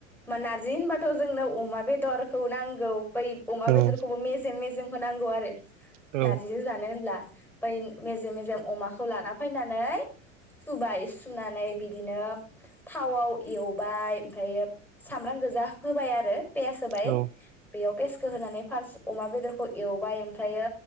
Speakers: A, in the centre; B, on the right.
A: नारजि होनबाथ जोंनो अमा बेदरखौ नां नांगौ बै अमा
B: औ
A: बेदरखौबो मेजेम मेजेमखौ नांगौ आरो।
B: औ
A: नारजि जानो होमबा ब्ला बै मेजेम मेजेम अमाखौ लाना फैनानै सुबाय सुनानै बिदिनो थावआव एवबाय ओमफ्रायो सामब्राम गोजा फोबाय आरो <inaudible> पियास होबाय
B: औ
A: बेयाव‌ पिसखौ होनानै फार्स्ट अमा बेदरखौ एवबाय ओम ओमफ्रायो